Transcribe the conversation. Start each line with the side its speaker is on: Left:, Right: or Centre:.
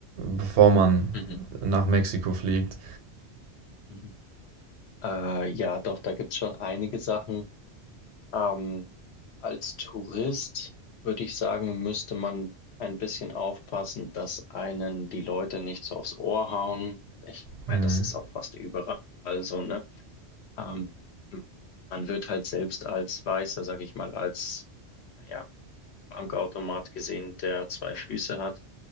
Right: bevor man
Left: Mhm.
Right: nach Mexiko fliegt.
Left: Mhm. Äh, ja, doch, da gibt's schon einige Sachen. Ähm, als Tourist würde ich sagen, müsste man ein bisschen aufpassen, dass einen die Leute nicht so aufs Ohr hauen. Ich meine,
Right: Hm.
Left: das ist auch fast überall so, ne? Ähm, man wird halt selbst als Weißer, sag ich mal, als naja, Bankautomat gesehen, der zwei Füße hat